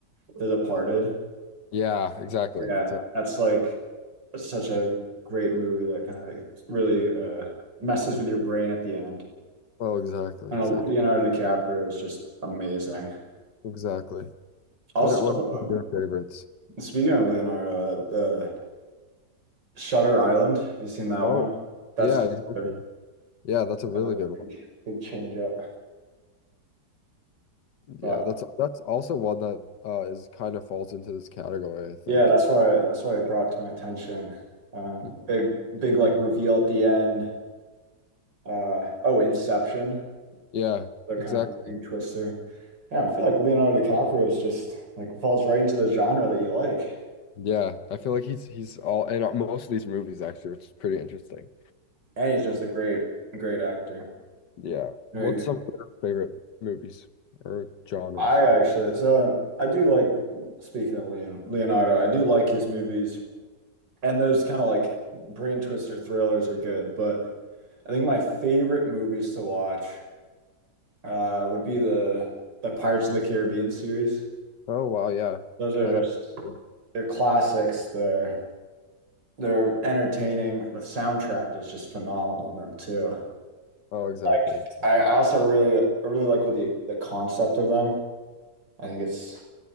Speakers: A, on the right (about 90°); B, on the left (about 75°).
A: The Departed?
B: Yeah, exactly.
A: Yeah,
B: Exactly.
A: that's like such a great movie that kind of really uh messes with your brain at the end.
B: Oh, exactly,
A: And
B: exactly.
A: Leonardo DiCaprio is just amazing.
B: Exactly.
A: Also,
B: What are, what are
A: um,
B: some of your favorites?
A: Speaking of Leonardo, uh, the Shutter Island. Have you seen that
B: Oh,
A: one? That's
B: yeah, exactly.
A: another,
B: Yeah, that's a really
A: another
B: good one.
A: big big change up. But
B: Yeah, that's that's also one that uh is kind of falls into this category, I think.
A: yeah, that's why that's why it brought to my attention. Um,
B: Mhm.
A: big big like reveal at the end. Uh, oh, Inception.
B: Yeah,
A: They're kind
B: exactly.
A: of brain twister. Yeah, I feel like Leonardo DiCaprio is just like falls right into the genre that you like,
B: Yeah, I feel like he's he's all in all- most of these movies actually, which is pretty interesting.
A: and he's just a great great actor.
B: Yeah.
A: Very
B: What's
A: good.
B: some of your favorite movies or genres?
A: I actually so I do like speaking of Leon, Leonardo. I do like his movies. And those kind of like brain twister thrillers are good, but I think my favorite movies to watch uh, would be the the Pirates of the Caribbean series.
B: Oh wow, yeah.
A: Those are
B: I like
A: just
B: that too.
A: they're classics. They're they're entertaining. The soundtrack is just phenomenal in them too.
B: Oh, exactly.
A: Like I,
B: Okay.
A: I also really I really like with the the concept of them. I think it's